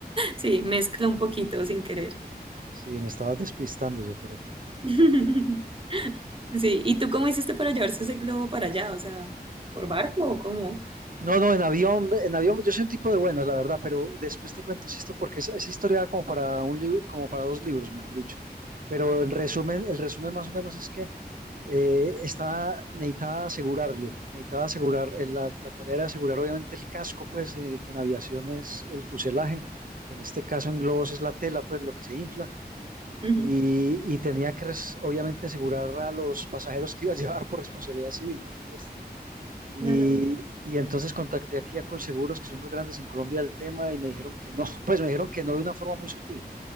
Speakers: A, on the right; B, on the right.
A: sí, mezclo un poquito sin querer.
B: Sí, me estabas despistando yo, pero
A: <laughs> Sí, ¿y tú cómo hiciste para llevarse ese globo para allá? O sea, ¿por barco o cómo?
B: No, no, en avión, en avión yo soy un tipo de buenas, la verdad, pero después te cuento esto porque esa, esa historia da como para un libro, como para dos libros, mejor dicho. Pero en resumen, el resumen más o menos es que eh, estaba, necesitaba asegurarlo, necesitaba asegurar, eh, la, la tarea era asegurar obviamente el casco, pues, eh, que en aviación es el fuselaje, que en este caso en globos es la tela, pues, lo que se infla,
A: Ujú,
B: y, y tenía que res- obviamente asegurar a los pasajeros que iba a <laughs> llevar por responsabilidad civil, por supuesto. Y,
A: claro.
B: y entonces contacté aquí a Colseguros, que son los grandes en Colombia del tema, y me dijeron que no, <laughs> pues me dijeron que no de una forma muy sutil.